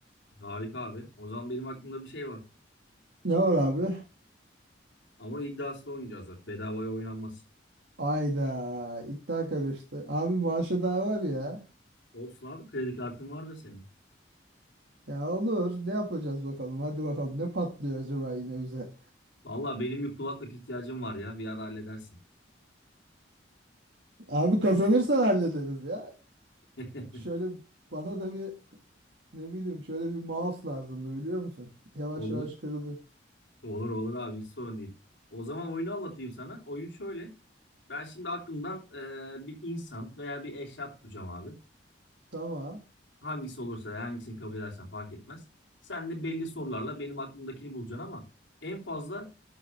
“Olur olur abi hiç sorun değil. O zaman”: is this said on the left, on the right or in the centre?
Left